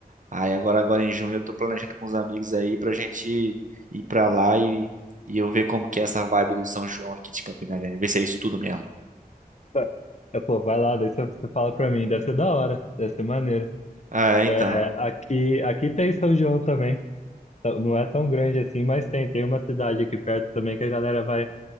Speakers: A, on the right; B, on the left.
A: Aí agora, agora em junho eu tô planejando com os amigos aí pra gente ir pra lá e, e eu ver como que é essa vibe do São João aqui de Campina Grande, ver se é isso tudo mesmo.
B: tá. É, pô, vai lá, daí você você fala pra mim. Deve ser da hora, deve ser maneiro.
A: Ah, é,
B: É,
A: então.
B: aqui, aqui tem São João também. Tá- Não é tão grande assim, mas tem. Tem uma cidade aqui perto também que a galera vai,